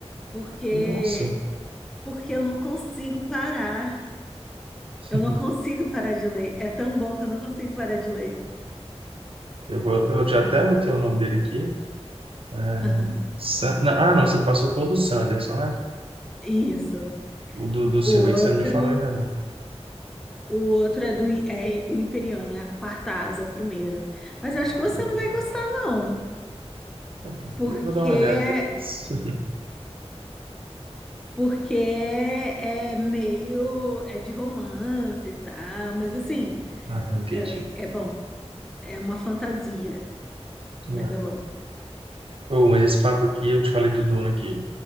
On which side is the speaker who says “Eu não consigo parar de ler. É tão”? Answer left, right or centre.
Centre